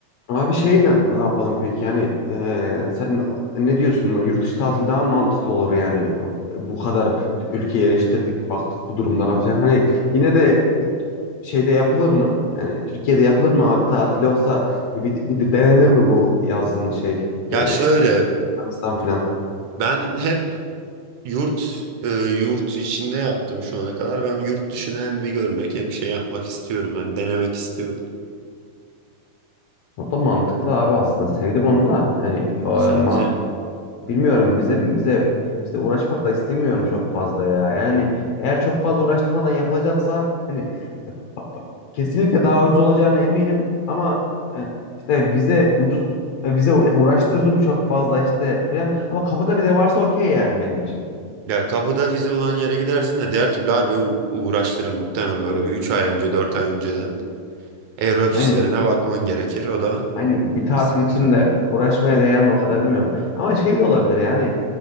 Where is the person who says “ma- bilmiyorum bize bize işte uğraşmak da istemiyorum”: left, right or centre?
Left